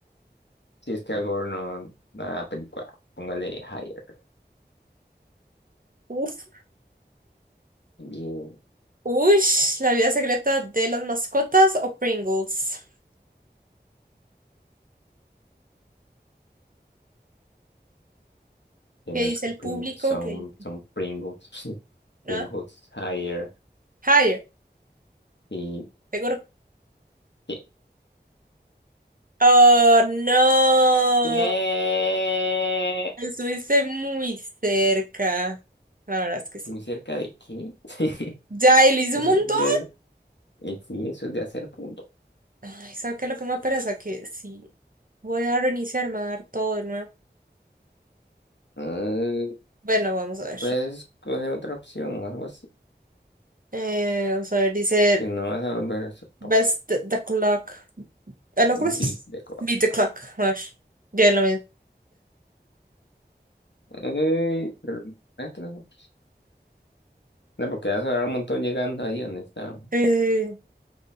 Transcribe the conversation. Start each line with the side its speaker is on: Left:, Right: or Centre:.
Left: Si es que algo no da película, póngale Higher.
Right: Uf.
Left: Bien.
Right: Ush, La vida secreta de las mascotas o Pringles.
Left: Que
Right: ¿Qué
Left: no
Right: dice
Left: es que
Right: el
Left: Pringles
Right: público?
Left: son,
Right: ¿Qué dice?
Left: son Pringles. <laughs> Pringles
Right: ¿Ah?
Left: Higher.
Right: Higher,
Left: Y.
Right: seguro.
Left: ¿Qué?
Right: Oh, no.
Left: ¿Qué?
Right: Estuviste muy cerca. La verdad es que sí.
Left: ¿Muy cerca de qué? <laughs> Sí.
Right: Ya, y lo hice
Left: Eso
Right: un montón.
Left: es de, eh, sí, eso es de hacer punto.
Right: Ay, ¿sabes qué es lo que me pereza? Que sí. Voy a reiniciar, me va a dar todo de nuevo.
Left: Ah,
Right: Bueno, vamos a ver.
Left: puedes coger otra opción o algo
Right: Eh, vamos a ver, dice.
Left: Y no vas a volver a hacer
Right: Best the The Clock. Ah, no,
Left: un
Right: ¿cómo es?
Left: bit de cosas.
Right: Beat the Clock. A ver, ya es lo mismo.
Left: Ey, pero maestro, no, No, porque vas a hablar un montón llegando ahí donde está.
Right: Eh,